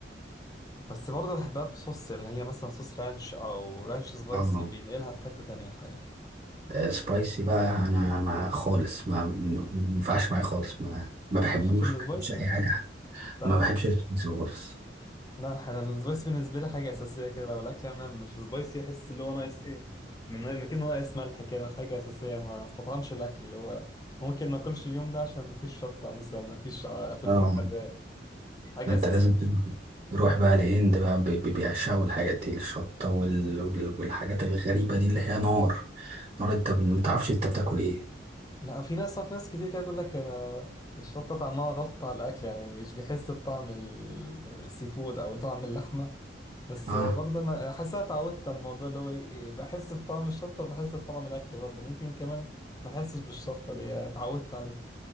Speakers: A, on the left; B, on the right.
A: بس برضه بحبها بصوص اللي هي مثلا صوص رانش او رانش سبايسي
B: اه
A: بينقلها في حتة تانية الحقيقة
B: آه، سبايسي بقى أنا ما خالص ما ما ما ينفعش معايا خالص ما ما بحبوش
A: عارف في السبايسي
B: ما بحبش أي حاجة
A: لا
B: ما
A: لا
B: بحبش السبايسي خالص
A: لا انا السبايسي بالنسبة لي حاجة أساسية كده لو الأكل أنا مش سبايسي أحس اللي هو ناقص إيه من من كده ناقص ملح كده حاجة أساسية ما استطعمش الأكل اللي هو ممكن ما أكلش اليوم ده عشان مفيش شطة مثلا مفيش آه، فلفل
B: اه
A: حراق حاجة
B: ده انت
A: أساسية
B: لازم تروح روح بقى الهند بقى بي- بي- بيعشقوا الحاجات دي الشطة وال... وال- والحاجات الغريبة دي اللي هي نار نار انت متعرفش انت بتاكل ايه
A: لا في ناس في ناس كتير كده تقول لك انا الشطه طعمها غلط على الاكل يعني مش بيحس بطعم ال- السي فود او طعم اللحمه بس
B: اه
A: برضه انا حاسس أنا اتعودت على الموضوع اللي هو إيه، بحس بطعم الشطه وبحس بطعم الاكل برضه ممكن كمان ما احسش بالشطه اللي هي اتعودت عليها